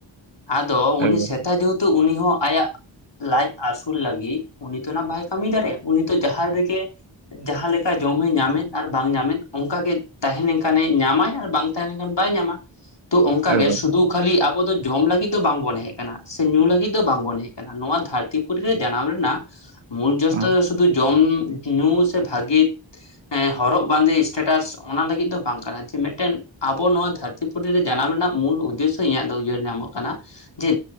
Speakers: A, on the left; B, on the right.
A: ᱟᱫᱚ ᱩᱱᱤ
B: ᱮᱠᱵᱟᱨᱮ
A: ᱥᱮᱛᱟ ᱡᱮᱦᱮᱛᱩ ᱩᱱᱤ ᱦᱚᱸ ᱟᱭᱟᱜ ᱞᱟᱡ ᱟᱹᱥᱩᱞ ᱞᱟᱹᱜᱤᱫ ᱩᱱᱤ ᱛᱚ ᱱᱟᱜ ᱵᱟᱭ ᱠᱟᱹᱢᱤ ᱫᱟᱲᱮᱜᱼᱟ ᱩᱱᱤ ᱛᱚ ᱡᱟᱦᱟᱸ ᱨᱮᱜᱮ ᱡᱟᱦᱟᱸ ᱞᱮᱠᱟ ᱡᱚᱢᱮ ᱧᱟᱢᱮᱫ ᱟᱨ ᱵᱟᱝ ᱧᱟᱢᱮᱫ ᱚᱱᱠᱟᱜᱮ ᱛᱟᱦᱮᱸ ᱞᱮᱱᱠᱷᱟᱱᱮ ᱧᱟᱢᱟᱭ ᱟᱨ ᱵᱟᱝ ᱛᱟᱦᱮᱸ ᱞᱮᱱᱠᱷᱟᱱ ᱵᱟᱭ ᱧᱟᱢᱟ᱾ ᱛᱚ ᱚᱝᱠᱟ
B: ᱮᱠᱵᱟᱨᱮ
A: ᱜᱮ ᱥᱩᱫᱩ ᱠᱷᱟᱹᱞᱤ ᱟᱵᱚ ᱫᱚ ᱡᱚᱢ ᱞᱟᱹᱜᱤᱫ ᱫᱚ ᱵᱟᱝᱵᱚᱱ ᱦᱮᱡ ᱠᱟᱱᱟ ᱥᱮ ᱧᱩ ᱞᱟᱹᱜᱤᱜ ᱫᱚ ᱵᱟᱝ ᱵᱚᱱ ᱦᱮᱡ ᱟᱠᱟᱱᱟ ᱱᱚᱣᱟ ᱫᱷᱟᱹᱨᱛᱤ ᱯᱩᱨᱤ ᱨᱮ ᱡᱟᱱᱟᱢ ᱨᱮᱱᱟᱜ ᱢᱩᱞ
B: ᱦᱮᱸ
A: ᱡᱚᱥᱚ ᱫᱚ ᱥᱩᱫᱩ ᱡᱚᱢ ᱧᱩ ᱥᱮ ᱵᱷᱟᱜᱮ ᱮᱸ ᱦᱚᱨᱚᱜ ᱵᱟᱸᱫᱮ ᱥᱴᱮᱴᱟᱥ ᱚᱱᱟ ᱞᱟᱹᱜᱤᱫ ᱫᱚ ᱵᱟᱝ ᱠᱟᱱᱟ ᱡᱮ ᱢᱮᱜᱴᱮᱱ ᱟᱵᱚ ᱱᱚᱣᱟ ᱫᱷᱟᱹᱨ ᱛᱤ ᱯᱩᱨᱤ ᱨᱮ ᱡᱟᱱᱟᱢ ᱨᱮᱱᱟᱜ ᱢᱩᱞ ᱩᱫᱮᱥᱚ ᱤᱧᱟᱹᱜ ᱫᱚ ᱩᱭᱦᱟᱹᱨ ᱧᱟᱢᱚᱜ ᱠᱟᱱᱟ ᱡᱮ